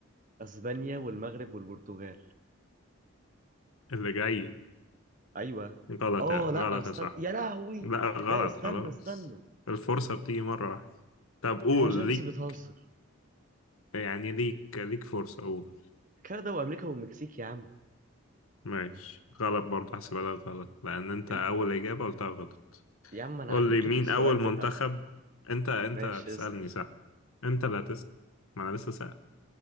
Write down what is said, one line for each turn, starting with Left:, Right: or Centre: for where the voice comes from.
Right: اسبانيا والمغرب والبرتغال
Left: اللي جاي
Right: ايوه
Left: غلط
Right: اه
Left: غلط
Right: لا استنى
Left: يا صح
Right: يا لهوي
Left: لا غلط
Right: لا استنى
Left: خلاص
Right: استنى
Left: الفرصة بتيجي مرة واحدة طب قول
Right: يا جيمس
Left: ليك
Right: بتهزر
Left: يعني ليك ليك فرصة قول
Right: كندا وامريكا والمكسيك يا عم
Left: ماشي غلط برضه هحسبها لك غلط لأن أنت
Right: ال...
Left: أول إجابة قلتها غلط
Right: يا عم انا
Left: قول
Right: عديت
Left: لي مين
Right: لك السؤال
Left: أول منتخب
Right: بتاع
Left: أنت أنت
Right: ماشي
Left: هتسألني
Right: اسأل
Left: صح أنت اللي هتسأل ما أنا لسه سأل